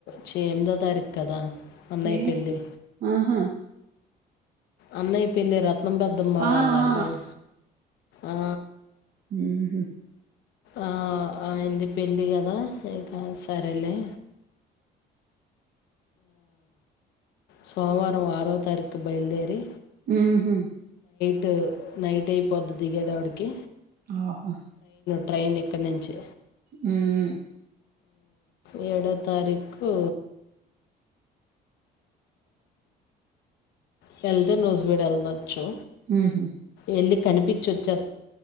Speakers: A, on the left; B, on the right.
A: చీ ఎనిమిదో తారీఖు కదా అన్నయ్య
B: ఏ
A: పెళ్ళి
B: ఆహా
A: అన్నయి పెళ్లి రత్నం పెద్దమ్మ
B: ఆ
A: వాళ్ళ
B: ఆ
A: అబ్బాయి ఆ
B: హ్మ్
A: ఆ ఆయనది పెళ్ళి కదా ఇకా సరేలే సోమవారం ఆరోవ తారీఖుకి బయలుదేరి
B: హ్మ్ హ్మ్
A: ట్ నైట్ అయిపోద్ది దిగేతప్పడికీ
B: ఆహా
A: ట్రైన్ ఇక్కడి నుంచి
B: హ్మ్
A: ఏడో తారీఖు వెళ్తే నుూజబీడి వెళ్దొచ్చు
B: హ్మ్ హ్మ్
A: వెళ్ళి కనిపిచిచోచ్చే